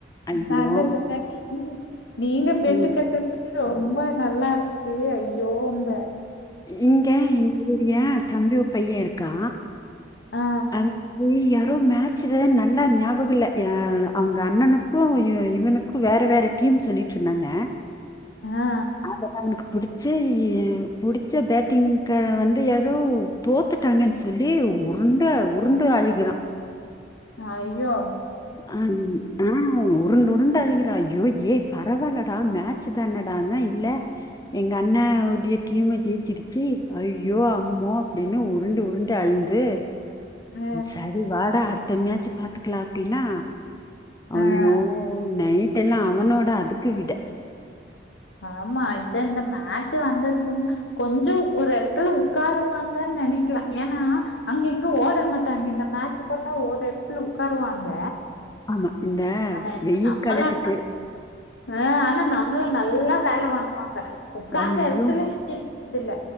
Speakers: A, on the left; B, on the left.
A: ஐயோ!
B: நா அதா <inaudible> <unintelligible> நீங்க பெட்டு
A: ம்,
B: கட்ட ரொம்ப நல்லாருக் பே அய்யோம்பே
A: இங்கே எங்குரு ஏஸ் தம்பி ஒ பையருக்கா
B: ஆ,
A: அங் லியா ப்றோ மேட்ச்ல நல்லா நியாபக இல்ல ஏ அவுங்க அண்ணனுக்கு இவ் இவுனுக்கு வேற வேற டீம் சொல்லிட்ருந்தாங்க
B: ஆ.
A: அதெல்லா உனுக் புடிச் ச்ச புடிச்ச பேட்டிங் கார வந்து யாரோ தோத்துட்டாங்கன் சொல்லி உருண்ட உருண்டு அழுகிறா
B: ஐய்யோ
A: அன் ஆ உருண்டு உருண்டு அழுகு ஐய்யோ ஏய் பரவால்லடா மேச்சுதானடான்னா இல்ல எங்க அண்ணா உடைய கீமு ஜெயிச்சிருச்சி ஐய்யோ அம்மோ அப்டினு உருண்டு உருண்டு அழ்ந்து
B: அ,
A: சரி வாடா அடு தம்மியாச்சி பாத்துக்லா ப்டினா அய்யோ
B: அ.
A: நை டென்னா அவனோட அதுக்கு விட
B: ஆமா இது இந்த மேச்சு வந்ததுலனா கொஞ்சோ ஒரு எடத்துல உக்காருவாங்கன் நெனைக்லா ஏனா அங்க இங்க ஓட மாட்டாங்க இந்த மேச்சு போட்டா ஒரு எடத்ல உக்காருவாங்க
A: ஆமா இந்த
B: ஆனா என்ன
A: வெயில்
B: நம்மளா
A: காலத்துக்கு
B: <inaudible> அ ஆனா ந ம்ல நல்லா வேல வாங்குவாங்க உக்காந்த
A: ஐயோ
B: எடத்துல எந்திரி இதுல